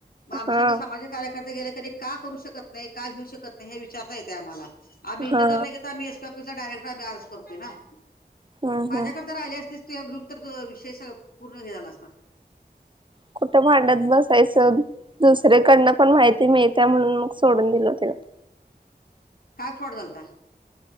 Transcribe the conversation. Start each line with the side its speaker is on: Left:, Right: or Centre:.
Left: मग आमच्या
Right: हा
Left: सामाजिक कार्यकर्ते गेले तरी का करू शकत नाही का घेऊ शकत नाही हे विचारता येते आम्हाला आम्ही इथं
Right: हा
Left: जर नाही आम् एस पी डायरेक्ट आम्ही अर्ज करतो ना
Right: हम्म
Left: माझ्याकडे
Right: हम्म
Left: तर आली असतीस तू घेऊन तर त विषय पूर्ण घे झाला असता
Right: कुठ भांड्यात बसायचं दुसरेकडनं पण माहिती मिळते म्हणून मग सोडून दिल त्यािला
Left: ह काय फड झालत